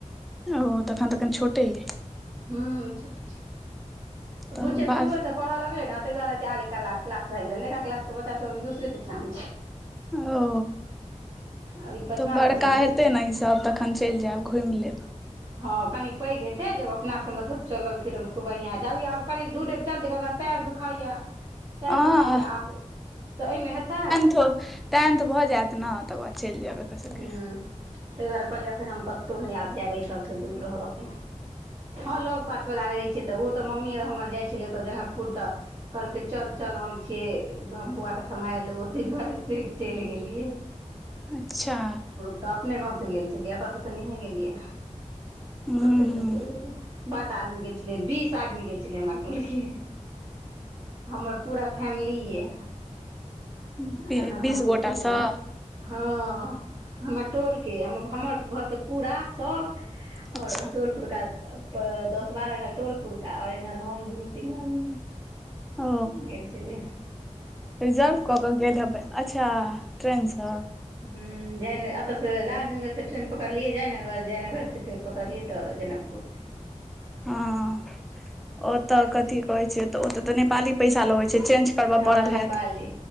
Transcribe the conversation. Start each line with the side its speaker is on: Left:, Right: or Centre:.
Centre: ओ तखन त अखन छोटे ऐ।
Right: हूं छोटे छै,
Centre: तऽ
Right: बुचिया
Centre: बाद
Right: शुरुये से पढ़ऽ लगलै ने ताहि दुआरे एते आगे कला- क्लास भाइग गेले, एकर क्लास के बच्चा सब दुसरे -तीसरे में छै।
Centre: ओ।
Right: अभी पचमा
Centre: तऽ बड़का
Right: मे चलि
Centre: हेतै
Right: गेलै
Centre: ने ईसभ तखन चलि जायब घुमि लेब।
Right: हँ कनि पैघ हेतै जब अपना से मतलब चलल- फिरल खूब बढ़िआँ हेतै, आ आब क दू डेग चलतै तेकर बाद पैर दुखाइया- पैर
Centre: हँ
Right: दुखाइया आब तऽ एहिमे हेतै।
Centre: तऽ। टेन्थ भऽ जायत नें तकर बाद चलि जायब। एकर सबके
Right: हूं तै दुआरे कहलियै एखन हम कतहु नहि जायब, एहि सभसँ दूर रहब एखन। हँ लग पास वला रहैत छैै तऽ ओ तऽ मम्मी आर हमर जाइ छलै ओतऽ जनकपुर तऽ। कहलकै चल- चल हम छियौ, बौआके सम्हारि लेबौओते दुआरे एतेक चलि गेलियै।
Centre: अच्छा!
Right: तऽ अपने गाँंव से गेल छलियै, एत से तऽ नहि गेलियै,
Centre: हूँ
Right: ओते से
Centre: हूँ
Right: चलि गेलियै। बड आदमी गेल छेलै। बीस आदमी गेल छेलै हमर टोल के हमर पूरा फैमिलीये आ
Centre: ऐं
Right: इनहर
Centre: बीस
Right: हमहूं
Centre: गोटासँ
Right: तीन गोरा। हँ हमर टोल के हमर घरके पूरा सभ और
Centre: अच्छा
Right: टोल पुरका, दस बारह टा टोल पुरका और इन्हर हम दुनू तीनू आदमी।
Centre: ओ
Right: गेल छेलियै।
Centre: रिजर्व कऽ के गेल हेबै अच्छा ट्रेनसँ।
Right: ह जयनग एतऽसँ राजनगरसँ ट्रेन पकड़लियै जयनगर जयनगरसँ फेर पकड़लियै तऽ जनकपुर।
Centre: हँ ओतऽ कथी कहै छै, तऽ ओतऽ तऽ नेपाली पैसा लगैत छै चेंज करबऽ
Right: हँ
Centre: पड़ल
Right: नेपाली,
Centre: हैत